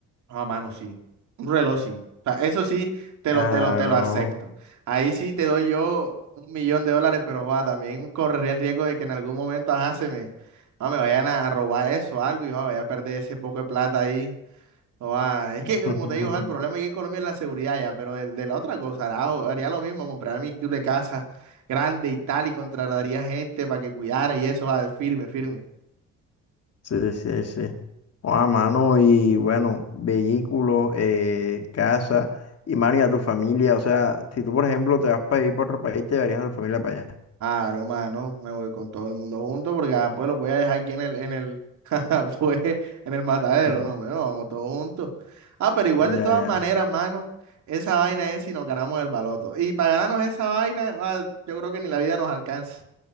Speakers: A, on the right; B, on the left.
A: Ah, mano, sí. Un reloj, sí. O sea, eso sí, te
B: Claro.
A: lo, te lo, te lo acepto. Ahí sí te doy yo un millón de dólares, pero joda también correría el riesgo de que en algún momento, ajá, se me, ah, me vayan a robar eso o algo y joda vaya a perder ese poco de plata ahí. No, ah, es
B: <laughs>
A: que, como te digo, ah, el problema aquí en Colombia es la seguridad ya, pero de, de la otra cosa, hará- haría lo mismo, compraría mi club de casa grande y tal, y contrataría gente para que cuidara y eso, ah, firme, firme.
B: Sí, sí, sí. a mano, y bueno, vehículos, eh, casa, y mano, y a tu familia. O sea, si tú, por ejemplo, te vas para ir para otro país, te llevarías a tu familia para allá.
A: Ah, no, mano, me voy con todo el mundo junto porque ah, pues los voy a dejar aquí en el, en el, <laughs> jaja, pues, en el matadero,
B: <laughs>
A: no, bueno, vamos todos juntos. Ah, pero igual
B: Ya,
A: de todas
B: ya.
A: maneras, mano, esa vaina es si nos ganamos el baloto. Y para ganarnos esa vaina, ah, yo creo que ni la vida nos alcanza.